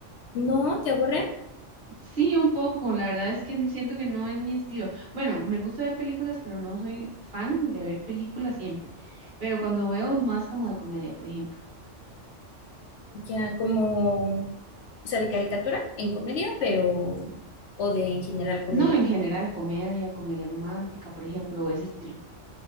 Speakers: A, on the left (about 70°); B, on the right (about 45°).
A: ¿no te aburren?
B: Sí, un poco. La verdad es que siento que no es mi estilo. Bueno, me gusta ver películas, pero no soy fan de ver películas siempre. Pero cuando veo más como de comedia, por ejemplo.
A: Ya como, o sea, de caricatura en comedia, pero, o de en general comedia.
B: No en general, comedia, comedia romántica, por ejemplo, o ese estilo.